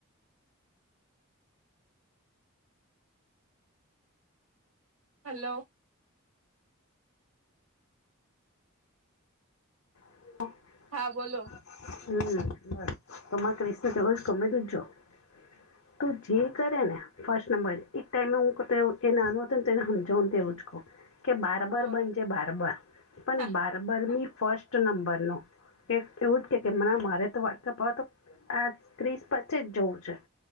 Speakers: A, on the right; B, on the left.
A: હલો
B: <inaudible>
A: હા બોલો
B: હમ <unintelligible> તું જે કરે ને ફર્સ્ટ નંબર એજ ટાઈમે હું કતે એ નાનો હતોને તેને સમજાવને તેવું જકો કે બારબર
A: હા
B: બનજે બારબર પણ
A: હા
B: બાર બર મી ફસ્ટ નંબર નો કે એવું જ કે મારે તો વાળ કપાવા તો આ ક્રીસ પછી જ જવું છે.